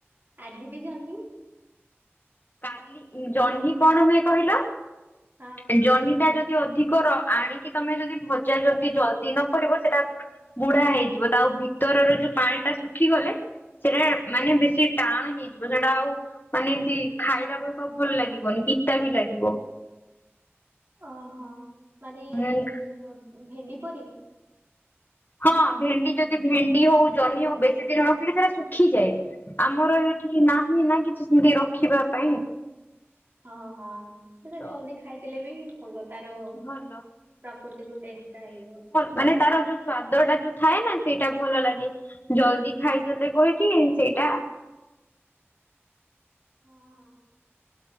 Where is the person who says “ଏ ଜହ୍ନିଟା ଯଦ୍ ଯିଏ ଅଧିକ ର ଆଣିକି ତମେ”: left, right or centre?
Left